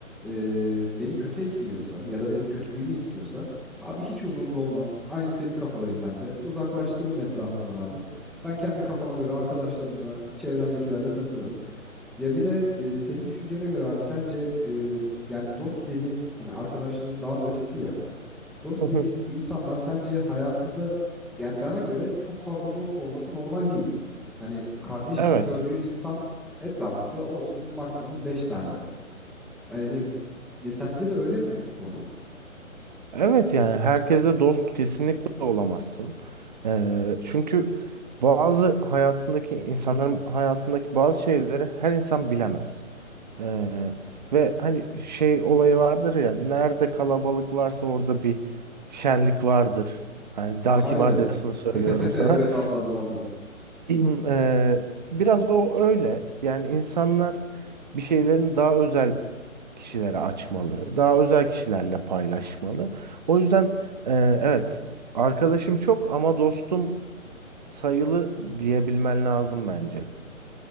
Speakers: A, in the centre; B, on the right.
A: eee, beni kötü etkiliyorsa ya da benim kötülüğümü istiyorsa abi hiç umurumda olmaz. Aynı senin kafadayım ben de. Uzaklaştırırım etrafımdan abi. Ben kendi kafama göre arkadaşlarımla, çevremdekilerle takılırım. Ya bir de eee, senin düşüncene göre abi sence eee, yani dost dediğin hani arkadaşlığın daha da ötesi ya. Dost
B: <laughs>
A: dediğin insanlar sence hayatında yani bana göre çok fazla dost olması normal değil. Hani kardeş
B: Evet.
A: gibi gördüğün insan etrafında olsun maksimum 5 tane olur. Yani ya sence de öyle mi bu konu?
B: Evet yani herkesle dost kesinlikle olamazsın. Ee, çünkü bazı hayatındaki insanların hayatındaki bazı şeyleri her insan bilemez. Ee, ve hani şey olayı vardır ya nerede kalabalık varsa orada bir şerlik vardır. Hani daha
A: Aynen.
B: kibarcasını söylüyorum
A: <laughs>
B: sana.
A: Evet anladım
B: <laughs>
A: anladım.
B: Hmm. Eee, biraz o öyle. Yani insanlar bir şeylerin daha özel kişilere açmalı, daha özel kişilerle paylaşmalı. O yüzden eee, evet, arkadaşım çok ama dostum sayılı diyebilmen lazım bence.